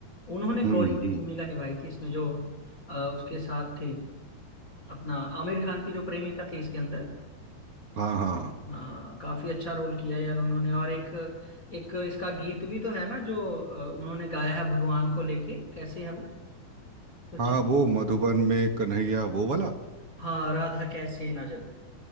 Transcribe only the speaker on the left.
उन्होंने
गौरी की
भूमिका निभाई थी इसमें जो अ, उसके साथ थी अपना आमिर खान की जो प्रेमिका थी इसके अंदर
अ, काफी अच्छा रोल किया है यार उन्होंने और एक एक इसका गीत भी तो है ना जो अ, उन्होंने गाया है भगवान को लेके कैसे है वो कुछ
हाँ राधा कैसे ना जले